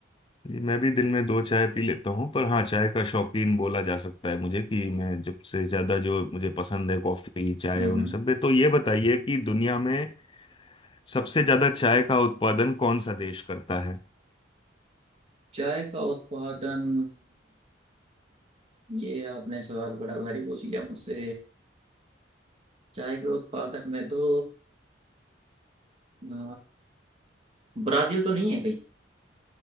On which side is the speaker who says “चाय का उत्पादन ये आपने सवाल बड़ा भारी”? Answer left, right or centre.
Right